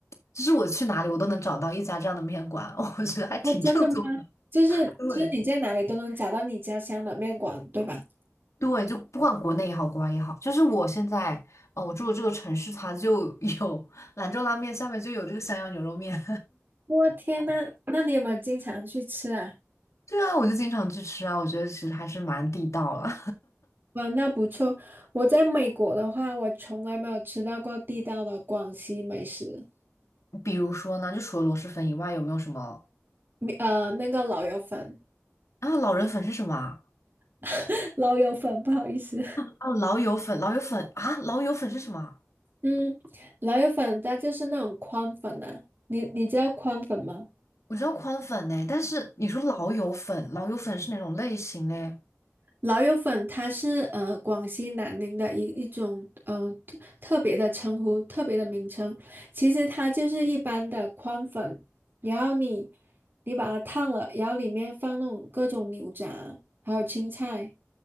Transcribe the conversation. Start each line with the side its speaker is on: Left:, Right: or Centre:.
Left: 就是我去哪里我都能找到一家这样的面馆，<laughs> 我觉得还挺正宗的。
Right: 哦，真的吗？就是就是你在哪里都能找到你家乡的面馆，
Left: 对
Right: 对吧？
Left: 对，就不管国内也好，国外也好，就是我现在，呃，我住的这个城市，它就 <laughs> 有兰州拉面，下面就有这个襄阳牛肉面。
Right: 我天呐，那你有没有经常去吃啊？
Left: <laughs> 对啊，我就经常去吃啊，我觉得其实还是蛮地道了。
Right: 哇，那不错。我在美国的话，我从来没有吃到过地道的广西美食，
Left: <laughs> 比如说呢，就除了螺蛳粉以外，有没有什么
Right: 米呃，那个老友粉，
Left: 啊？老人粉是什么啊？
Right: <laughs> 老友粉，不好意思。
Left: 啊老友粉，老友粉啊，老友粉是什么啊
Right: 嗯，老友粉它就是那种宽粉啊，你你知道宽粉吗？
Left: 我知道宽粉呢，但是你说老友粉，老友粉是哪种类型嘞？
Right: 老友粉它是呃广西南宁的一一种呃特特别的称呼，特别的名称。其实它就是一般的宽粉，然后你你把它烫了，然后里面放那种各种牛杂，还有青菜，